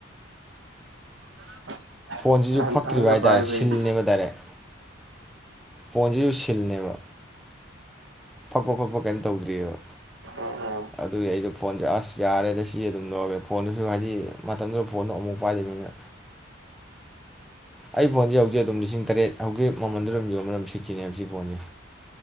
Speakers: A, on the right; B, in the centre.
A: <inaudible>
B: ꯐꯣꯟꯁꯤꯁꯨ
A: ꯑꯍꯟ
B: ꯐꯛꯇ꯭ꯔꯤꯕ
A: ꯑꯍꯟꯅ
B: ꯍꯥꯏ
A: ꯄꯥꯏꯕꯩꯅꯤ
B: ꯇꯥꯔꯦ ꯁꯤꯜꯅꯦꯕ ꯗꯥꯏꯔꯦꯛ ꯐꯣꯟꯖꯤꯖꯨ ꯁꯤꯜꯅꯦꯕ ꯄꯥꯛꯄ ꯈꫭꯠꯄ ꯀꯏꯝ ꯇꯧꯗ꯭ꯔꯤꯑꯕ
A: ꯑꯣ
B: ꯑꯗꯨꯒꯤ ꯑꯩꯖꯨ ꯐꯣꯟꯖꯦ ꯑꯁ ꯌꯥꯔꯦꯗ ꯁꯤ ꯑꯗꯨꯝ ꯂꯧꯔꯒꯦ ꯐꯣꯟꯗꯨꯁꯨ ꯍꯥꯏꯗꯤ ꯃꯇꯝꯗꯨꯗ ꯐꯣꯟꯗꯣ ꯑꯃꯨꯛ ꯄꯥꯏꯗ꯭ꯔꯤꯃꯤꯅ ꯑꯩ ꯐꯣꯟꯖꯤ ꯍꯧꯖꯤꯛ ꯑꯗꯨꯝ ꯂꯤꯁꯤꯡ ꯇꯔꯦꯠ ꯍꯧꯖꯤꯛ ꯃꯃꯟꯗꯨꯗ ꯌꯣꯟꯕꯗ ꯑꯗꯨꯝ ꯁꯤꯠꯈꯤꯅꯦꯕ ꯁꯤ ꯐꯣꯟꯁꯦ